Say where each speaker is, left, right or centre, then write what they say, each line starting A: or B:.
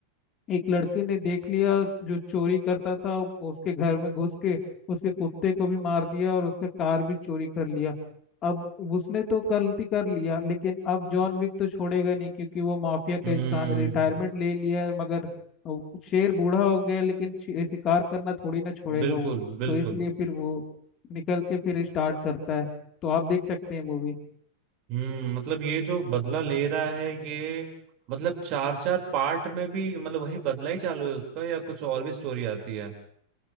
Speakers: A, on the left; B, on the right.
A: एक लड़के ने देख लिया जो चोरी करता था उसके घर में घुस के उसके कुत्ते को भी मार दिया और उसका कार भी चोरी कर लिया अब उसने तो गलती कर लिया लेकिन अब जॉन विक तो छोड़ेगा नहीं क्योंकि वो माफिया का
B: हम्म
A: इंसान है रिटायरमेंट ले लिया है मगर वो शेर बूढ़ा हो गया लेकिन शि- शिकार करना थोड़ी ना छोड़ेगा
B: बिल्कुल
A: वो
B: बिल्कुल
A: तो इसलिए फिर वो निकल के फिर स्टार्ट करता है तो आप देख सकते हैं मूवी
B: हम्म मतलब ये जो बदला ले रहा है ये मतलब चार चार पार्ट में भी मतलब वही बदला ही चालू है उसका या कुछ और भी स्टोरी आती है